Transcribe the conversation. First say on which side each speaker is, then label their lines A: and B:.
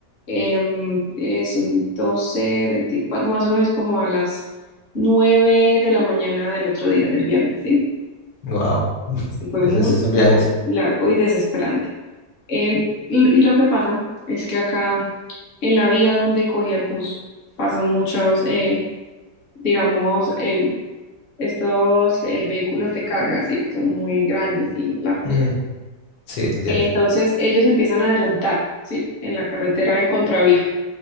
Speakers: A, on the left (about 40°); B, on the left (about 75°).
A: em, 10, un 12 24 más o menos como a las 9 de la mañana del otro día, del viernes, ¿sí?
B: Wow. <laughs>
A: Sí, fue
B: Esos
A: muy,
B: sí son
A: muy
B: viajes.
A: largo y desesperante. Em, y, y lo que pasa es que acá en la vía donde cogía el bus pasan muchos, eh, digamos, em, estos eh, vehículos de carga, ¿sí? Que son muy grandes y largos.
B: Mm, sí, te entiendo.
A: Entonces ellos empiezan a adelantar, ¿sí? En la carretera en contravía,